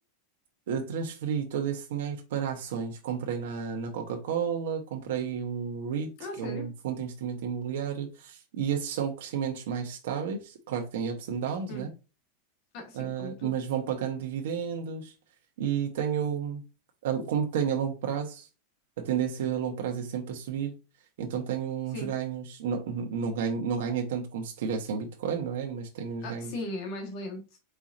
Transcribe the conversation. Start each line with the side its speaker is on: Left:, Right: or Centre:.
Right: eh, transferi todo esse dinheiro para ações. Comprei na, na Coca-Cola, comprei um REIT,
Left: Ah,
Right: que
Left: sério?
Right: é um fundo de investimento imobiliário, e esses são crescimentos mais estáveis. Claro que tem ups and downs,
Left: Hum.
Right: né?
Left: Ah, sim,
Right: ah,
Left: como tudo.
Right: mas vão pagando dividendos e tenho, a- como tenho a longo prazo, a tendência a longo prazo é sempre a subir, então tenho uns
Left: Sim.
Right: ganhos, não, não ganho, não ganhei tanto como se tivesse em Bitcoin, não é? Mas tenho uns
Left: Ah,
Right: ganhos,
Left: sim, é mais lento.